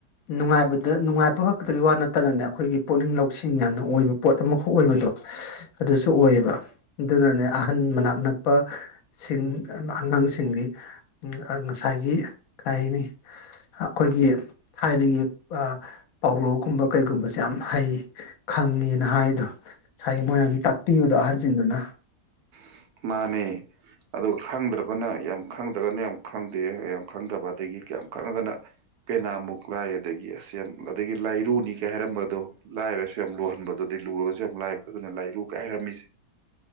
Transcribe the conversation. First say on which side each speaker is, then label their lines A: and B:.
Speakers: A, on the left (about 70°); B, on the right (about 75°).
A: ꯅꯨꯡꯉꯥꯏꯕꯗ ꯅꯨꯡꯉꯥꯏꯕ ꯈꯛꯇꯒꯤ ꯋꯥ ꯅꯠꯇꯅꯅꯦ ꯑꯩꯈꯣꯏꯒꯤ ꯄꯨꯣꯛꯅꯤꯡ ꯂꯧꯁꯤꯡ ꯌꯥꯝꯅ ꯑꯣꯏꯕ ꯄꯣꯠ ꯑꯃꯈꯛ ꯑꯣꯏꯕꯗꯣ ꯑꯗꯨꯁꯨ ꯁꯨ ꯑꯣꯏꯌꯦꯕ ꯑꯗꯨꯅꯅꯦ ꯑꯍꯟ ꯃꯅꯥꯛꯅꯛ ꯁꯤꯡ ꯑꯉꯥꯡꯁꯤꯡꯗꯤ ꯉꯁꯥꯏꯒꯤ ꯀꯩꯅꯤ ꯑꯩꯈꯣꯏꯒꯤ ꯊꯥꯏꯅꯒꯤ ꯄꯥꯎꯔꯧꯒꯨꯝꯕ ꯀꯩꯒꯨꯝꯕꯁꯦ ꯌꯥꯝ ꯍꯩ ꯈꯪꯉꯦꯅ ꯍꯥꯏꯔꯤꯗꯣ ꯉꯁꯥꯏꯒꯤ ꯃꯣꯏꯅ ꯑꯗꯨꯝ ꯇꯥꯛꯄꯤꯕꯗꯣ ꯑꯍꯜꯁꯤꯡꯗꯨꯅ
B: <inaudible> ꯑꯗꯨꯒ ꯈꯪꯗ꯭ꯔꯕꯅ ꯌꯥꯝ ꯈꯪꯗ꯭ꯔꯒꯅ ꯌꯥꯝ ꯈꯪꯗꯦ ꯌꯥꯝ ꯈꯪꯗꯕ ꯑꯗꯒꯤ ꯀꯌꯥꯝ ꯈꯪꯉꯒꯅ ꯄꯦꯅꯥꯃꯨꯛ ꯂꯥꯏ ꯑꯗꯒꯤ ꯑꯁꯦꯝ ꯑꯗꯒꯤ ꯂꯥꯏꯔꯨꯅꯤ ꯀꯩ ꯍꯥꯏꯔ ꯗꯣ ꯂꯥꯏꯔꯁꯨ ꯌꯥꯝ ꯂꯨꯍꯟꯕꯗꯨꯗꯤ ꯂꯨꯔꯒꯁꯨ ꯌꯥꯝ ꯂꯥꯏꯕ ꯑꯗꯨꯅ ꯂꯥꯏ ꯨ ꯀꯥꯏꯔꯝꯃꯤꯁꯦ